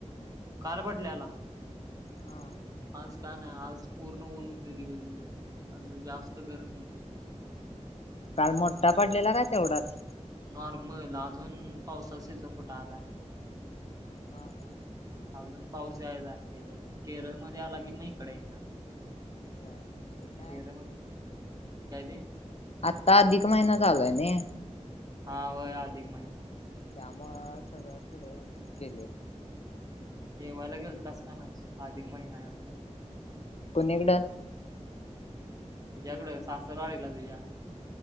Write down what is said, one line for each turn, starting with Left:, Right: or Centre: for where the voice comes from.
Right: काल पडल्याला.
Left: हा,
Right: आज का नाही. आज पूर्ण ऊन होते, दिवसभर आज जास्त गरमी येत होते.
Left: काल मोठा पडलेला का तेवढाच.
Right: नॉर्मल अजून पावसाचा पावसाचा सिझन कुठ आलाय.
Left: हा हा,
Right: अजून पाऊस यायचा, ह्याच्यात केरळमध्ये आला की मग इकडे येणार.
Left: व्हय,
Right: केरळमध्ये काय ते,
Left: आत्ता अधिक महिना चालू आहे ने
Right: हा, होय अधिक महिना.
Left: त्यामुळं सगळ पुढ होऊन केलंय.
Right: देवाला गेल तास का नाही, अधिक महिना म्हटल.
Left: कोणीकड
Right: ह, ह्याच्याकडे सासुरवाडीला तुझ्या